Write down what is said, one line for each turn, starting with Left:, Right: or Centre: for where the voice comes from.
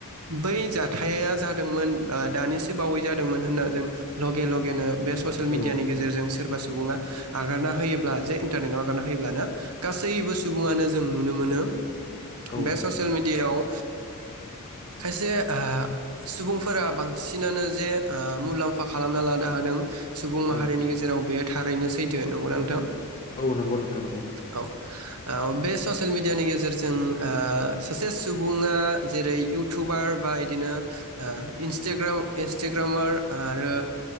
Right: बै जाथाया जादोंमोन ओ दानिसो बावै जादोंमोन होनना जों लगे लगेनो बे ससियेल मिडियानि
Left: औ
Right: गेजेरजों सोरबा सोर सु सुबुङा आगारना होयोब्ला जे इन्टारनेटाव आगारना होयोब्लानो गासैबो सुबुङानो । जों नुनो मोनो ।
Left: औ औ
Right: बे ससियेल मिडियाायाव ओ खायसे ओ सुबुंफोरा बांसिनानो जे ओ मुलाम्फ फा खालामना लानो हादों । सुबुं माहारिनि
Left: औ
Right: गेजेराव बे थारैनो सैथो नंगौना नोंथां?
Left: औ नंगौ नोंथां नंगौ ।
Right: औ औ बे ससियेल मिडियानि गेजेरजों ओ सासे सुबुङा जेरै इउटुबार बा बिदिनो ओ इन्स्टाग्राम इन्स्टाग्रामार आरो